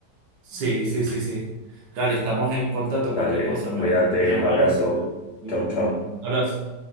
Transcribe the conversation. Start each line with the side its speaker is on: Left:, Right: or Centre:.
Right: sí, sí, sí, sí. Dale, estamos en contacto,
Left: Dale,
Right: cualquier cosa, me
Left: cuídate,
Right: voy a llamar
Left: abrazo.
Right: y y- y voy
Left: Chau,
Right: recomendando.
Left: chau.
Right: Abrazo.